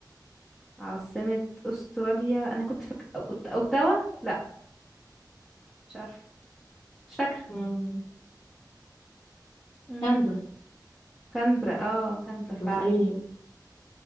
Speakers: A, in the centre; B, on the left.
A: عاصمة استراليا انا كنت فاكرة اوتاوا لا مش عارفة مش فاكرة
B: مم.
A: مم.
B: كانبرا
A: كانبرا اه كانبرا فعلا
B: طب اسأليني يلا